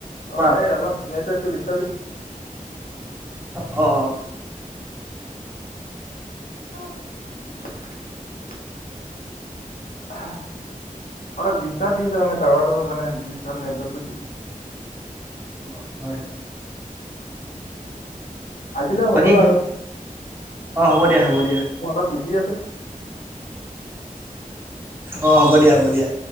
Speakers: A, on the right; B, on the left.
A: কোৱা
B: অ এই অলপ নেটৱৰ্ক টো দিছতাপ দিছে।
A: অ।
B: <unintelligible> আহ অলপ দিছতাপ দি আছে মানে টাউৱাৰটো মানে দিছতাপ নেটৱৰ্কটো
A: অ হয়
B: আজিলৈ
A: বাকী
B: হ'বই বাৰু।
A: অ হ'ব দিয়া হ'ব দি
B: মই অলপ বিজি আছোঁ।
A: অ হ'ব দিয়া হ'ব দিয়া।